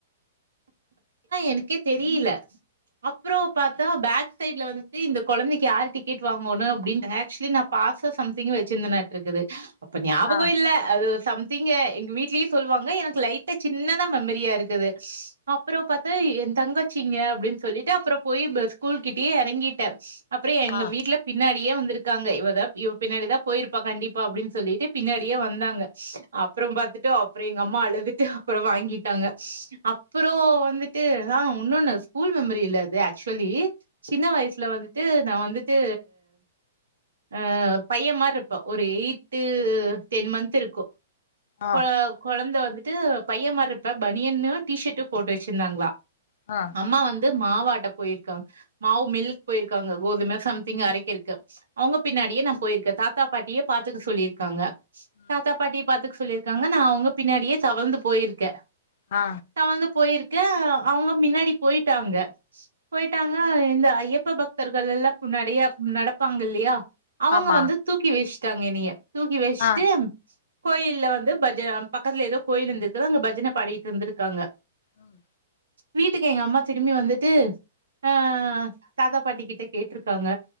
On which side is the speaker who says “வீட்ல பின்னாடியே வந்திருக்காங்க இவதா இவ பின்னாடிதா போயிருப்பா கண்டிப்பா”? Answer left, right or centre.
Right